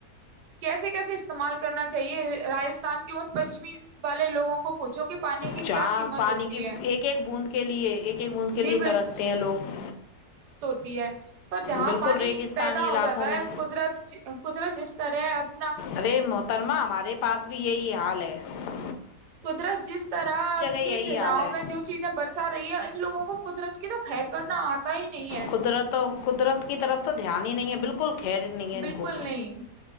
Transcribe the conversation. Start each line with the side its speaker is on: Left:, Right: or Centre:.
Right: کیسے کیسے استعمال کرنا چاہیے راستھان کے ان پشچمی والے لوگوں کو پوچھو پانی کی
Left: چاہ
Right: کیا قیمت
Left: پانی
Right: ہوتی
Left: کی
Right: ہے
Left: ایک ایک بوند کے لیے ایک ایک بوند کے لے
Right: جی
Left: ترستے ہیں لوگ
Right: بھی ہے <unintelligible> پر جہاں
Left: بالکل
Right: پانی
Left: ریگستانی
Right: پیدا ہو
Left: علاقوں
Right: جاتا ہے
Left: میں
Right: قدرت قدرت جس سرح <unintelligible>
Left: ارے محترما ہمارے پاس بھی یہی حال <unintelligible> پلے <unintelligible>
Right: قدرت جس طرح اپنی
Left: یہی
Right: فضاؤں
Left: حال ہے
Right: میں جو چیزیں برسا رہی ہے لووں کو قدرت کی تو خیر کرنا آتا ہی نہیں ہے
Left: قدرت قدرت کی طرف تو دھیان ہی نہیں ہے بالکل بالکل خیر نہیں ہے ان
Right: بالکل
Left: کو
Right: نہیں